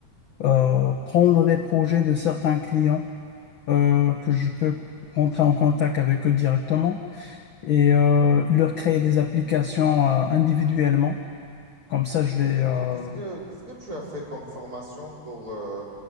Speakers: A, on the left; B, on the right.
A: euh, prendre des projets de certains clients euh, que je peux rentrer en contact avec eux directement et euh, leur créer des applications euh, individuellement. Comme ça, je
B: Et
A: vais...
B: qu-
A: euh,
B: qu'est-ce que qu'est-ce que tu as fait comme formation pour, euh,